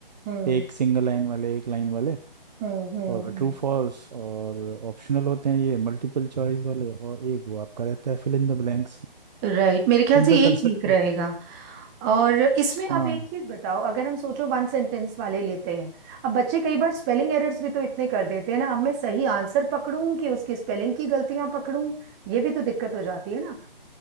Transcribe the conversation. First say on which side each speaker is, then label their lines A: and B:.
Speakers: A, on the right; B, on the right.
A: हम्म
B: एक सिंगल लाइन वाले एक लाइन वाले
A: हम्म हम्म
B: और
A: हम्म।
B: ट्रू फॉल्स और ऑप्शनल होते हैं ये मल्टीपल चॉइस वाले और एक वो आपका रहता है फिल इन द ब्लैंक्स
A: राइट मेरे ख्याल
B: इन
A: से
B: पे
A: यही
B: कर सकते
A: ठीक रहेगा
B: हैं
A: और इसमें अब
B: हाँ
A: एक चीज बताओ अगर हम सोचो वन सेंटेंस वाले लेते हैं अब बच्चे कई बार स्पेलिंग एरर्स भी तो इतने कर देते हैं ना अब मैं सही आंसर पकड़ूं कि उसकी स्पेलिंग की गलतियां पकड़ूं ये भी तो दिक्कत हो जाती है ना